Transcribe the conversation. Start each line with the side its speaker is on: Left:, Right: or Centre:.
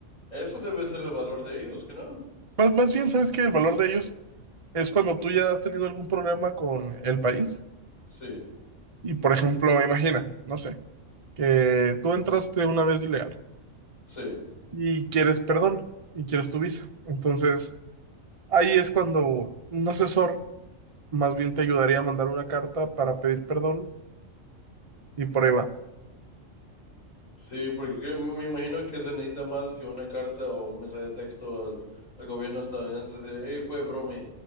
Left: eso debe ser el valor de ellos, ¿que no?
Right: Más, más bien, ¿sabes que El valor de ellos es cuando tú ya has tenido algún problema con el país.
Left: Sí,
Right: Y, por ejemplo, imagina, no sé, que tú entraste una vez de ilegal
Left: sí,
Right: y quieres perdón y quieres tu visa. Entonces, ahí es cuando un asesor más bien te ayudaría a mandar una carta para pedir perdón y por ahí va.
Left: sí, porque yo me me imagino que se necesita más que una carta o un mensaje de texto al, al gobierno estadounidense. de, Hey, fue bromi,